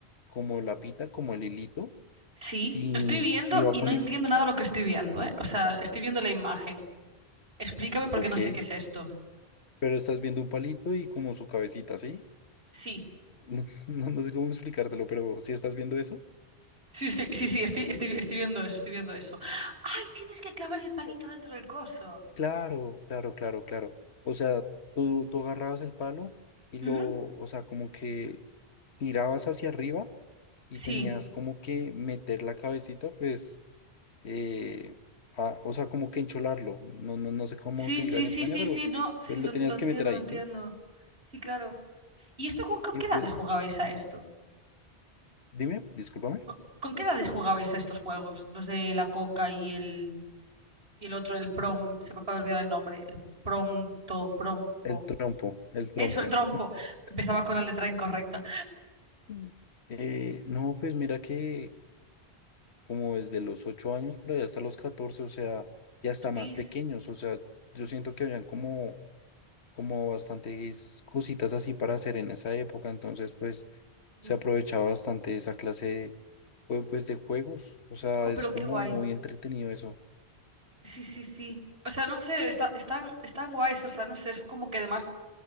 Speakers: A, on the left; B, on the right.
A: como la pita, como el hilito,
B: Sí,
A: y,
B: lo estoy viendo
A: y va
B: y
A: con
B: no entiendo
A: el,
B: nada lo que estoy viendo, ¿eh? O sea, estoy viendo la imagen. Explícame porque
A: ok,
B: no sé qué es esto.
A: pero estás viendo un palito y como su cabecita, ¿sí?
B: Sí.
A: <laughs> No, no, no sé cómo explicártelo, pero si estás viendo eso,
B: Sí, sí, sí, sí, estoy, estoy, estoy viendo eso, estoy viendo eso. ¡Ay! Tienes que clavar el palito
A: o-
B: dentro del coso.
A: claro, claro, claro, claro. O sea, tú, tú agarrabas el palo y
B: Ujú.
A: lo, o sea, como que girabas hacia arriba y
B: Sí.
A: tenías como que meter la cabecita, pues, eh, a- o sea, como que encholarlo. No, no, no sé cómo
B: Sí,
A: se
B: sí,
A: diga en
B: sí,
A: España,
B: sí,
A: pero
B: sí, no. Sí,
A: pues,
B: lo,
A: lo tenías
B: lo entiendo,
A: que meter ahí,
B: lo entiendo.
A: ¿sí?
B: Sí, claro. ¿Y esto con qué
A: Y
B: qué
A: pues,
B: edades jugabais a esto?
A: dime, discúlpame,
B: Co- ¿Con qué edades jugabais a estos juegos? Los de la coca y el, y el otro, el prom, se me acaba de olvidar el nombre, el pronto, prompo.
A: el trompo, el trompo.
B: Eso, el trompo. Empezaba con la letra incorrecta.
A: Mm. Eh, no, pues mira que como desde los 8 años, pero ya hasta los 14 o sea, ya hasta
B: Hostis.
A: más pequeños, o sea, yo siento que habían como como bastantes cositas así para hacer en esa época, entonces pues se
B: Mm.
A: aprovechaba bastante esa clase de, jue- pues, de juegos, o sea,
B: Jo,
A: es
B: pero
A: como
B: qué guay.
A: muy entretenido eso.
B: Sí, sí, sí, sí. O sea, no sé, está, están, están guays, o sea, no sé, son como que además...